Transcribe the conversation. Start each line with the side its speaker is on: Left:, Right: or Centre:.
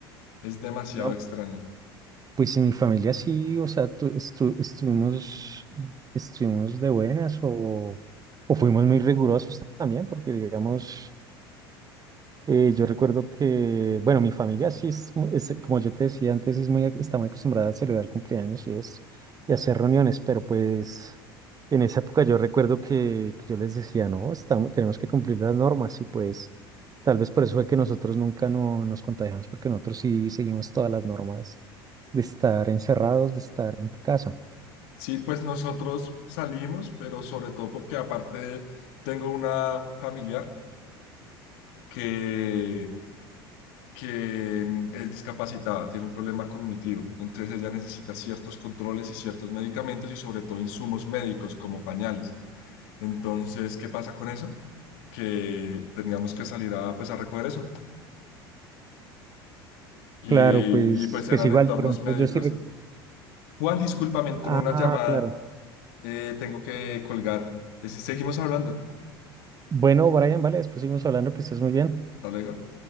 Left: Es demasiado
Right: no,
Left: extraño.
Right: pues en mi familia sí, o sea, tu- estu- estuvimos, estuvimos de buenas o, o fuimos muy rigurosos también, porque digamos... Eh, yo recuerdo que, bueno, mi familia sí es, mu- es, como yo te decía antes, es muy, ac- está muy acostumbrada a celebrar cumpleaños y eso, y hacer reuniones, pero pues en esa época yo recuerdo que, que yo les decía, no, estamos, tenemos que cumplir las normas y pues tal vez por eso fue que nosotros nunca no, nos contagiamos, porque nosotros sí seguimos todas las normas de estar encerrados, de estar en casa.
Left: Sí, pues nosotros salimos, pero sobre todo porque aparte tengo una familiar que, que es discapacitada, tiene un problema cognitivo, entonces ella necesita ciertos controles y ciertos medicamentos y sobre todo insumos médicos como pañales. Entonces, ¿qué pasa con eso? Que teníamos que salir a, pues, a recoger eso y,
Right: Claro, pues,
Left: y, pues eran
Right: pues igual,
Left: entornos
Right: por ejemplo,
Left: médicos.
Right: yo sí... rec-
Left: Juan, disculpa, me entró
Right: Ah,
Left: una llamada,
Right: claro.
Left: eh, tengo que colgar. Eh, sí, Seguimos hablando.
Right: Bueno, Brian, vale, después seguimos hablando, que estés muy bien.
Left: Hasta luego.